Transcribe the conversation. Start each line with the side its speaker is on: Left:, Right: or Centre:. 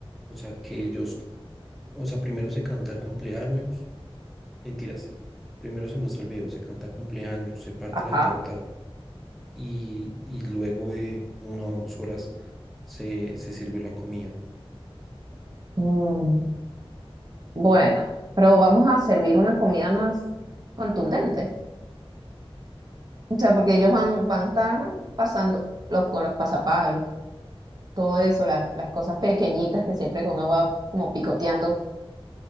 Centre: O sea, que ellos, o sea, primero se canta el cumpleaños, mentiras, primero se muestra el video, se canta cumpleaños, se parte
Right: Ajá.
Centre: la torta y, y luego de una o dos horas se, se sirve la comida.
Right: Mm, bueno, pero vamos a servir una comida más contundente. O sea, porque ellos van, van a estar pasando lo- con los pasapalos, todo eso, las, las cosas pequeñitas que siempre que uno va como picoteando.